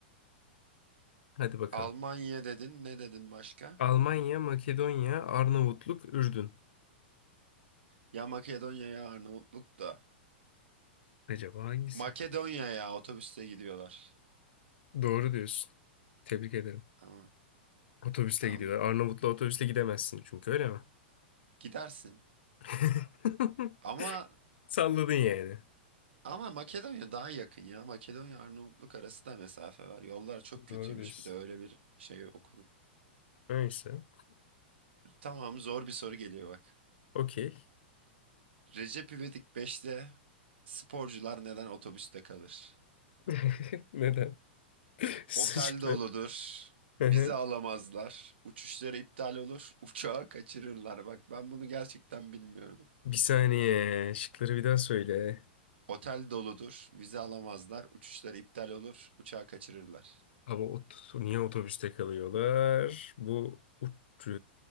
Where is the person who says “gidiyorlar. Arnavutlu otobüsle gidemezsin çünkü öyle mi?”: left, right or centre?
Left